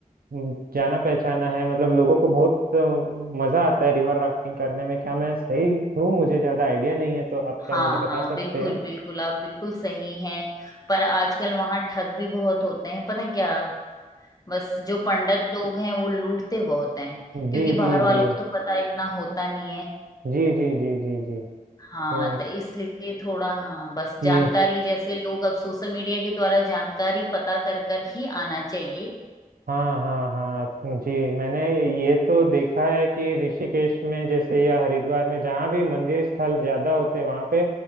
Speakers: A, on the right; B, on the left.
A: म, जाना पहचाना है मतलब लोगों को बहुत अ, मजा आता है रिवर राफ्टिंग करने में क्या मैं सही हूँ मुझे ज्यादा आइडिया नहीं है तो आप क्या
B: हाँ
A: मुझे बता
B: हाँ
A: सकते
B: बिल्कुल
A: हैं
B: बिल्कुल आप बिल्कुल सही हैं पर आजकल वहां ठग भी बहुत होते हैं पता क्या बस जो पंडित लोग हैं वो लूटते बहुत हैं क्योंकि
A: जी
B: बाहर
A: जी
B: वालों
A: जी
B: को तो पता इतना होता नहीं है
A: जी जी जी जी जी तो
B: हाँ तो इसलिए थोड़ा हाँ बस जानकारी
A: ये
B: जैसे लोग अब सोशल मीडिया के द्वारा जानकारी पता कर कर ही आना चाहिए
A: हाँ हाँ हाँ जी मैंने ये तो देखा है कि ऋषिकेश में जैसे या हरिद्वार में जहाँ भी मंदिर स्थल ज्यादा होते हैं वहाँ पे